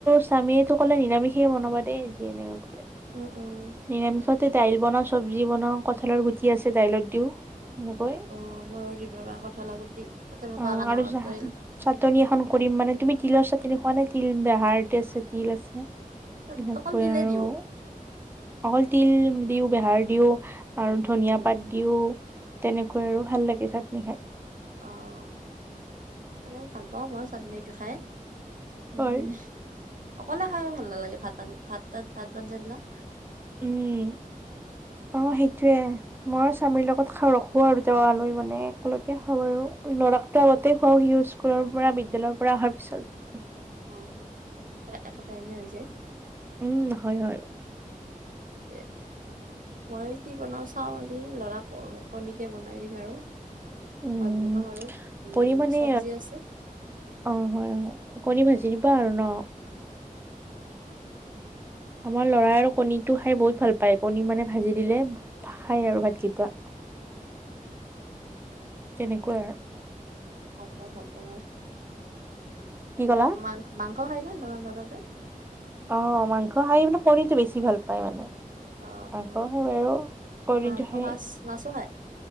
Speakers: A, on the right (about 15°); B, on the right (about 65°).
A: স্বামীয়ে তো কলে নিৰামিষে বনাবা দেই। <unintelligible> কলে।
B: অ', অ'।
A: নিৰামিষতে দাইল বনাও চব্জি বনাও কঁঠালৰ গুটি আছে দাইলত দিও। সেনেকৈ
B: অ', ময়ো দিম ৰবা কঠালৰ গুটি। তুমি
A: অ,
B: কোৱা কাৰণে
A: আৰু
B: মনত পৰিল
A: চাটনি এখন কৰি মানে তুমি তিলৰ চাটনি খুৱা নে তিল বেহাৰ <unintelligible> তিল আছে।
B: তাত
A: তেনেকোৱা
B: অকল তিলে
A: আৰু
B: দিওঁ
A: অকল তিল দিও বেহাৰ দিও আৰু
B: উম
A: ধনিয়া
B: উম
A: পাত দিও, তেনেকৈ আৰু ভাল লাগে চাটনি খাই।
B: অ' মানে ভাল পাওঁ মই চাটনি খাই
A: হয়
B: মানে অকলে খাই ভাল নালাগে ভাত ভাত ভাত আঞ্জা বিলাক।
A: উম, অ' সেইটোয়ে মইও স্বামীৰ লগত খাওঁ ৰখো আৰু তেওঁ অহালৈ মানে একেলগে খাওঁ আৰু ল'ৰাকতো আগতে খুৱাও সি স্কুলৰ পৰা বি <unintelligible> পৰা অহাৰ পিছত।
B: অ' একে টাইমে হৈ যায়।
A: উম, হয়-হয়।
B: <unintelligible> মই কি বনাও চাওঁ আজি লৰাক কণীকে বনাই দিম আৰু।
A: উম
B: ভাত বনাম আৰু উম
A: পৰি মানে,
B: চব্জি আছে
A: অ' হয় হয়। কণী ভাজি দিবা আৰু ন। আমাৰ লৰাই আৰু কণীটো খাই বহুত ভাল পায় কণী মানে ভাজি দিলে খায় আৰু ভাত গীতা।
B: <unintelligible>
A: তেনেকুৱা আৰু।
B: ভাল পায় ভাল পায়
A: কি ক'লা
B: উম মাংস <unintelligible>
A: অ', মাংস খাই মানে পনীৰটো বেছি ভাল পায় মানে।
B: অ
A: আকৌ
B: অ
A: সেই বাৰু কণীটো
B: মাংস
A: সেই
B: মাছ মাছো খায়